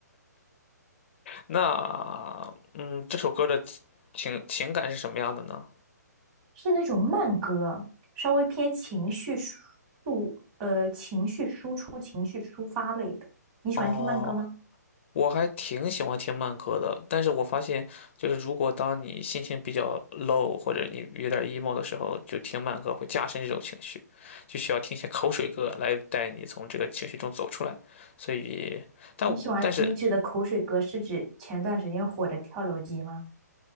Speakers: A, on the left; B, on the right.
A: 那嗯，这首歌的情情感是什么样的呢？
B: 是那种慢歌，稍微偏情绪输呃情绪输出、情绪抒发类的。你喜欢听慢歌吗？
A: 哦，我还挺喜欢听慢歌的，但是我发现，就是如果当你心情比较 low 或者你有点 emo 的时候，就听慢歌会加深这种情绪，就需要听一些口水歌来带你从这个情绪中走出来。所以，但我但是
B: 你喜欢你指的口水歌是指前段时间火的跳楼机吗？